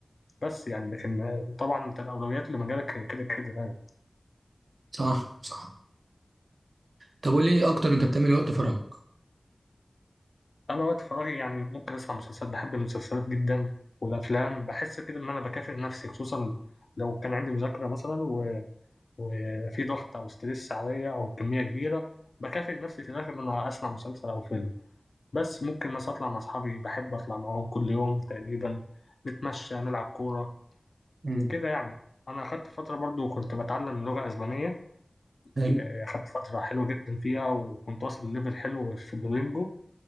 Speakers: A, on the left; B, on the right.
A: بس يعني لكن آه، طبعا انت الاولويات لمجالك كده كده يعني.
B: صح صح طب قول لي إيه اكتر انت بتعمل إيه وقت فراغك
A: انا وقت فراغي يعني ممكن اسمع مسلسلات بحب المسلسلات جدا والافلام بحس كده ان انا بكافئ نفسي خصوصا لو كان عندي مذاكره مثلا و... وفي ضغط او ستريس عليا او كميه كبيره بكافئ نفسي في الاخر ان انا اسمع مسلسل او فيلم بس ممكن مثلا اطلع مع اصحابي بحب اطلع معاهم كل يوم تقريبا نتمشى نلعب كوره
B: امم
A: كده يعني انا اخدت فتره برضو كنت بتعلم لغه اسبانيه
B: حلو
A: آه، اخدت فتره حلوه جدا فيها وكنت واصل لليفل حلو في الدولينجو